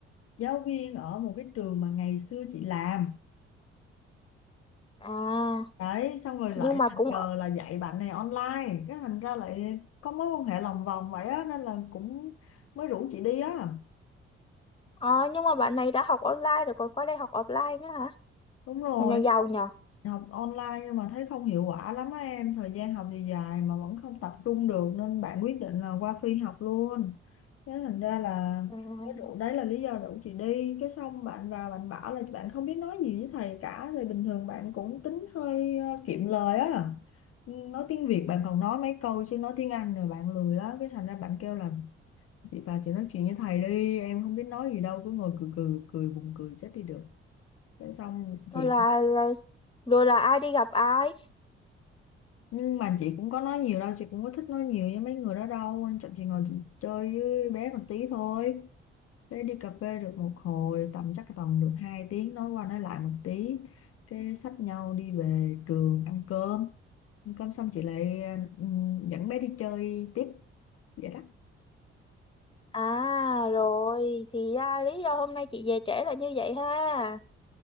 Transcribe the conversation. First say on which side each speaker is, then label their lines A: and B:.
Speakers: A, on the left; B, on the left.
A: giáo viên ở một cái trường mà ngày xưa chị làm
B: À
A: đấy xong rồi lại
B: nhưng mà
A: tình
B: cũng
A: cờ là dạy bạn này online cái thành ra lại có mối quan hệ lòng vòng vậy á nên là cũng mới rủ chị đi á
B: ờ nhưng mà bạn này đã học online rồi còn qua đây học offline nữa hả
A: đúng rồi
B: mình là giàu nhờ
A: học online nhưng mà thấy không hiệu quả lắm á em thời gian học thì dài mà vẫn không tập trung được nên bạn quyết định là qua phi học luôn thế thành ra là
B: À,
A: cái rủ đấy là lý do rủ chị đi cái xong bạn vào bạn bảo là bạn không biết nói gì với thầy cả thì bình thường bạn cũng tính hơi ờ, kiệm lời á Ừ, nói tiếng Việt bạn còn nói mấy câu chứ nói tiếng Anh rồi bạn lười á cái thành ra bạn kêu là chị vào chị nói chuyện với thầy đi em không biết nói gì đâu cứ ngồi cười cười cười buồn cười chết đi được Thế xong chị
B: rồi là, là rồi là ai đi gặp ai
A: nhưng mà chị cũng có nói nhiều đâu chị cũng có thích nói nhiều với mấy người đó đâu quan trọng chị ngồi chị chơi với bé một tí thôi cái đi cà phê được một hồi tầm chắc tầm được 2 tiếng nói qua nói lại một tí cái xách nhau đi về trường ăn cơm ăn cơm xong chị lại ừm, dẫn bé đi chơi tiếp vậy đó
B: à rồi thì ra lý do hôm nay chị về trễ là như vậy ha